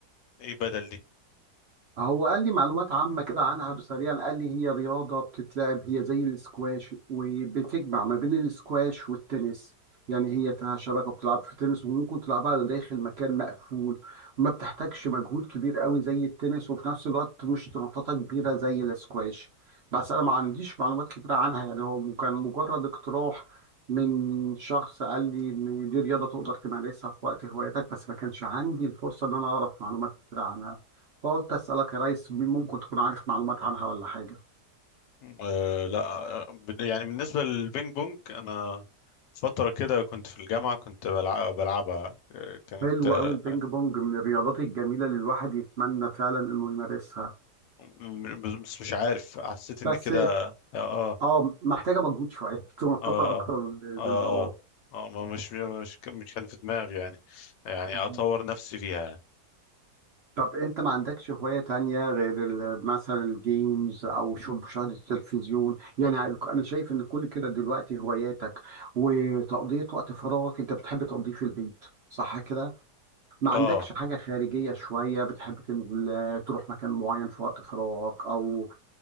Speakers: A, on the left; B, on the right.
A: ايه بدل دي
B: هو قال لي معلومات عامة كده عنها سريعا قال لي هي رياضة بتتلعب هي زي الاسكواش وبتجمع ما بين الاسكواش والتنس يعني هي فيها شبكة بتلعب في تنس وممكن تلعبها داخل مكان مقفول ما بتحتاجش مجهود كبير قوي زي التنس وفي نفس الوقت مش نطاطة كبيرة زي الاسكواش بس أنا ما عنديش معلومات كتيرة عنها يعني هو كان مجرد اقتراح من شخص قال لي إن دي رياضة تقدر تمارسها في وقت هوايتك بس ما كانش عندي الفرصة إن أنا أعرف معلومات كتيرة عنها فقلت اسالك يا ريس ممكن تكون عارف معلومات عنها ولا حاجه
A: أه لا آه، بال- يعني بالنسبة للبينج بونج انا فترة كده كنت في الجامعة كنت بلع- بلعبها آه، كانت
B: حلو
A: آه،
B: قوي البينج بونج من الرياضات الجميله اللي الواحد يتمنى فعلا انه يمارسها
A: م- بس مش عارف حسيت ان
B: بس
A: كده اه
B: اه محتاجه مجهود شويه <laughs> تنططها
A: اه
B: اكتر
A: اه
B: من اللازم
A: اه
B: اه
A: اه آه، ما مش مش مش كان في دماغي يعني يعني
B: مهم.
A: اطور نفسي فيها
B: طب انت ما عندكش هوايه تانية غير ال- مثلا الجيمز او شو- مشاهده التلفزيون يعني انا شايف ان كل كده دلوقتي هواياتك وتقضيه وقت فراغك انت بتحب تقضيه في البيت صح كده ما
A: اه
B: عندكش حاجة خارجية شوية بتحب تنزل تروح مكان معين في وقت فراغك أو